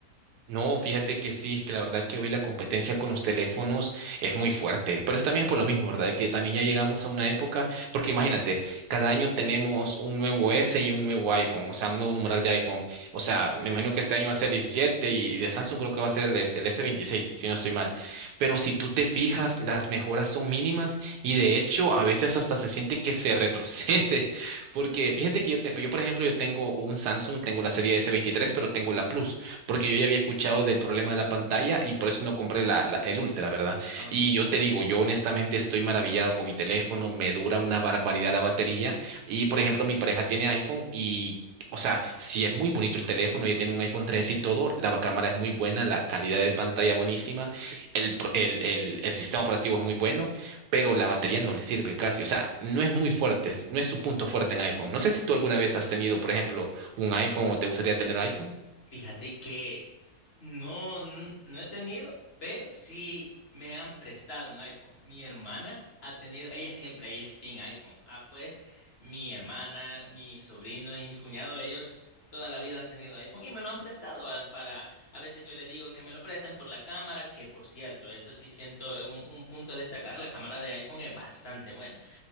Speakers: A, on the right; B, on the left.
A: No, fíjate que sí, es que la verdad que hoy la competencia con los teléfonos es muy fuerte, pero es también es por lo mismo, ¿verdad? Que también ya llegamos a una época, porque imagínate, cada año tenemos un nuevo S y un nuevo iPhone, o sea, un nuevo
B: Correcto.
A: numeral de iPhone. O sea, me imagino que este año va a ser 17 y de Samsung creo que va a ser el, S- el s veintiséis, si no estoy mal. Pero si tú te fijas, las mejoras son mínimas y de hecho a veces hasta se siente que se retrocede, <laughs> porque fíjate que yo, te- yo por ejemplo, yo tengo un Samsung, tengo la serie s veintitrés, pero tengo la Plus porque yo ya había escuchado del problema de la pantalla y por eso no compré la, la- el Ultra, ¿verdad?
B: Ah, Ok.
A: Y yo te digo, yo honestamente estoy maravillado con mi teléfono, me dura una barbaridad la batería y, por ejemplo, mi pareja tiene iPhone y... O sea, si es muy bonito el teléfono, ella tiene un iPhone 3 y todo, la cámara es muy buena, la calidad de pantalla buenísima, el, pro- el, el, el sistema operativo es muy bueno, pero la batería no le sirve casi, o sea, no es muy fuerte, es- no es su punto fuerte en iPhone. No sé si tú alguna vez has tenido, por ejemplo, un iPhone o te gustaría tener iPhone.
B: Fíjate que no, n- no he tenido, pero sí me han prestado un iPhone. Mi hermana ha tenido, ella siempre, ella es team iPhone. Ah, pues mi hermana, mis sobrinos y mi cuñado, ellos toda la vida han tenido iPhone y me lo han prestado va, para, a veces yo le digo que me lo prestan por la cámara, que por cierto, eso sí siento un, un punto a destacar, la cámara de iPhone es bastante buena.